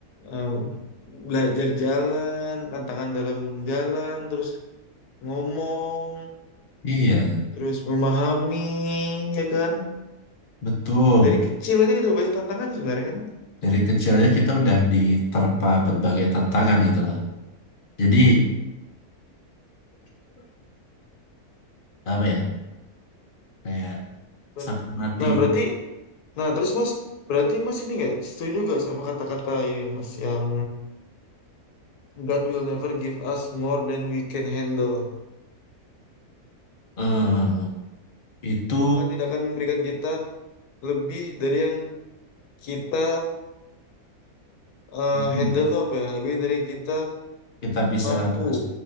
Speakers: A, on the left; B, on the left.
A: eh, belajar jalan, tantangan dalam jalan, terus ngomong,
B: iya
A: terus memahami, ya kan?
B: betul
A: Dari kecil aja udah banyak tantangannya sebenarnya kan?
B: dari kecil aja kita udah diterpa berbagai tantangan gitu loh jadi <laughs> apa ya kayak
A: Ber-
B: sampai mati.
A: Nah, berarti, nah terus Mas, berarti Mas ini nggak setuju nggak sama kata-kata ini Mas, yang God will never give us more than we can handle.
B: Eh, itu
A: Tuhan tidak akan memberikan kita lebih dari yang kita eh,
B: hmm,
A: handle tuh apa ya, lebih dari yang kita
B: kita bisa
A: mampu.
B: mas,